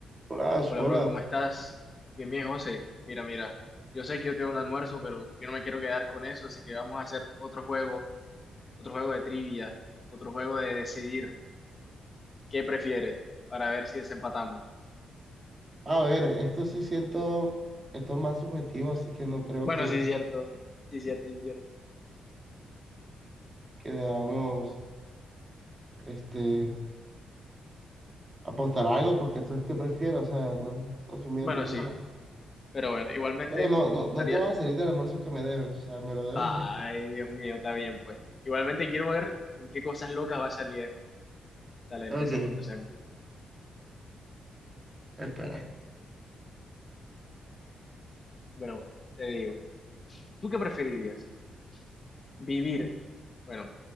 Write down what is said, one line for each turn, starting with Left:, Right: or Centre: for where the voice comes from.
Right: Hola,
Left: Hola,
Right: hola.
Left: bro, ¿cómo estás? Bien, bien, José. Mira, mira, yo sé que yo tengo un almuerzo, pero yo no me quiero quedar con eso, así que vamos a hacer otro juego, otro juego de trivia, otro juego de decidir qué prefieres para ver si desempatamos.
Right: A ver, esto sí siento, esto es más subjetivo, así que no creo
Left: Bueno,
Right: que,
Left: sí, es cierto, sí, es cierto, sí, es cierto.
Right: que debamos este, apostar a algo, porque esto es que prefiero, o sea, no, no se miente,
Left: Bueno,
Right: entonces.
Left: sí, pero bueno, igualmente
Right: Bueno, no,
Left: me
Right: no,
Left: gustaría...
Right: no te vas a salir del almuerzo que me debes, o sea, me lo debes
Left: Ay,
Right: y ya.
Left: Dios mío, está bien, pues. Igualmente quiero ver con qué cosas locas va a salir. Dale,
Right: Ok,
Left: empecemos, empecemos.
Right: espera.
Left: Bueno, te digo, ¿tú qué preferirías? Vivir. Bueno,